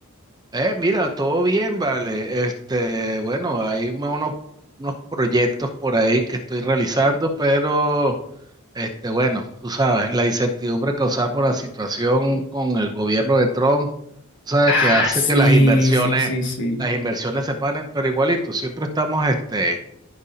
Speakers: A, on the right; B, on the left.
A: Eh, mira, todo bien, vale. Este, bueno, hay unos, unos proyectos por ahí que estoy realizando, pero, este, bueno, tú sabes, la incertidumbre causada por la situación con el gobierno de Trump, tú sabes,
B: Ah,
A: que hace
B: sí,
A: que las inversiones,
B: sí, sí, sí.
A: las inversiones se paren, pero igualito, siempre estamos, este,